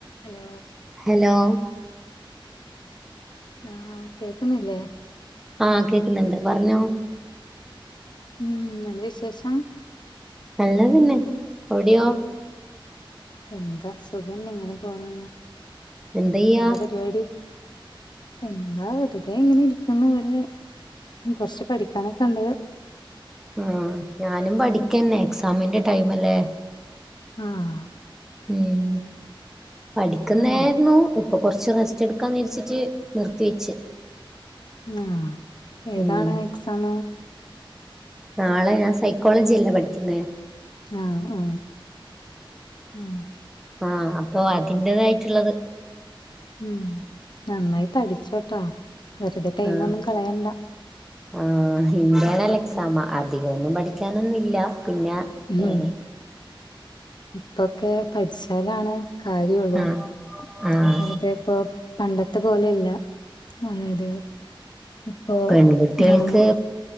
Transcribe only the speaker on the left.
ഹലോ
ആ കേക്കുന്നില്ലേ
ഉം എന്താ വിശേഷം
എന്താ സുഖന്നെ ഇങ്ങനെ പോണ്
എന്താ പരിപാടി എന്താ വെറുതെ ഇങ്ങനെ ഇരിക്കുന്നു വിടെ കൊറച്ച് പഠിക്കാനൊക്കെണ്ട്
ആ
ആഹ്
ആ ഏതാണ്
എക്സാമ്
ആ ആ മ്
ഉം നന്നായി പഠിച്ചോട്ടോ വെറുതെ ടൈം
ഒന്നും കളയണ്ട
ഇപ്പൊക്കെ
ഉം ഇപ്പൊക്കെ പഠിച്ചാലാണ് കാര്യള്ളൂ
അതായത് ഇപ്പൊ പണ്ടത്തെ പോലെയല്ല അതായത് ഇപ്പൊ
നം